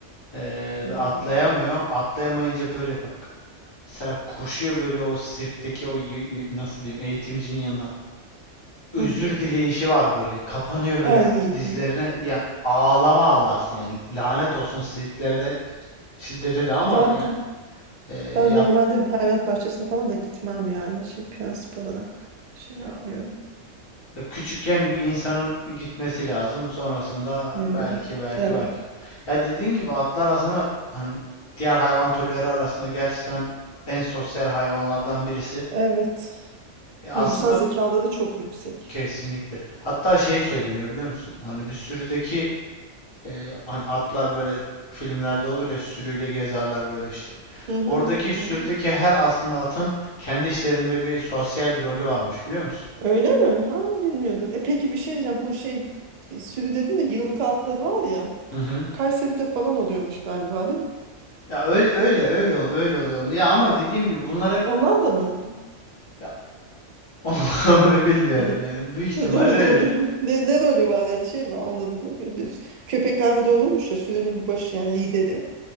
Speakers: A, on the left; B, on the right.
A: Ee,
B: Hmm.
A: ve atlayamıyor. Atlayamayınca böyle bak Serap koşuyor böyle o sirkteki o y- y- nasıl diyeyim eğitimcinin yanına. özür
B: Hı hı.
A: dileyişi var böyle. Kapanıyor böyle
B: Ay
A: dizlerine. Yani ağlama ağlarsın yani. Lanet olsun siliklere de şiddete de ama
B: zaten
A: yani e,
B: ben
A: yap,
B: normalde bir hayvanat bahçesine falan da gitmem yani şey prensip olarak şey yapmıyorum.
A: ya- küçükken bir insanın gitmesi lazım. Sonrasında
B: Hmm,
A: belki belki
B: Evet.
A: belki. Ya dediğin gibi atlar aslında hani diğer hayvan türleri arasında gerçekten en sosyal hayvanlardan birisi.
B: Evet.
A: Ya aslında
B: Duygusal zekaları çok yüksek.
A: kesinlikle. Hatta şey söyleniyor biliyor musun? Hani bir sürüdeki Ee, hani atlar böyle filmlerde olur ya sürüyle gezerler böyle işte.
B: Hı hı,
A: Oradaki sürüdeki
B: hı hı.
A: her aslında atın kendi işlerinde bir sosyal rolü varmış biliyor musun?
B: Öyle mi? Ha bilmiyordum. E peki bir şey diyeceğim. Bu şey sürü dedin de yılkı atları var ya.
A: Hı hı.
B: Kayseri'de falan oluyormuş galiba değil mi?
A: Ya öyle öyle öyle ol- öyle oluyor. Ya ama dediğim gibi bunlar hep
B: Onlar da mı öyle?
A: ya onu, <laughs> onu bilmiyorum
B: Rol,
A: yani. Büyük ihtimalle
B: rol-
A: öyledir.
B: rolü. <laughs> Ne, ne rolü var yani şey mi var onların da böyle s- köpeklerde de olurmuş ya sürünün bir başı yani lideri.